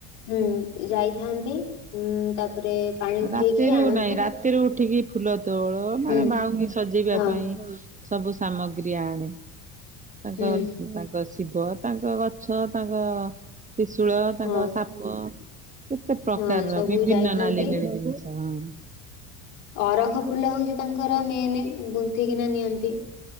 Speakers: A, on the left; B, on the right.
A: ହୁଁ ଯାଇଥାନ୍ତିଁ, ଉଁ ତାପରେ ପାଣି ଉଠେଇକି
B: ରାତିରୁ
A: ଆଣନ୍ତି
B: ନାଇଁ ରାତିରୁ ଉଠିକି ଫୁଲ ତୋଳ ମାନେ
A: ହୁଁ
B: ବାହୁଙ୍ଗି ସଜେଇବା
A: ହଁ
B: ପାଇଁ। ସବୁ ସାମଗ୍ରୀ ଆଣେ ତାଙ୍କସ୍
A: ହୁଁ
B: ତାଙ୍କସ୍ ଶିବ ତାଙ୍କ ଗଛ ତାଙ୍କ ତ୍ରିଶୂଳ ତାଙ୍କର
A: ହଁ
B: ସାପ। କେତେ ପ୍ରକାରର
A: ହଁ ସବୁ
B: ବିଭିନ୍ନ
A: ଯାଇଥାନ୍ତି
B: ନାଲି ଗଛ ମଂ
A: ଅରଖ ଫୁଲ ହଉଛି ତାଙ୍କର ମେନେ ଗୁନ୍ଥିକିନା ନିଅନ୍ତି।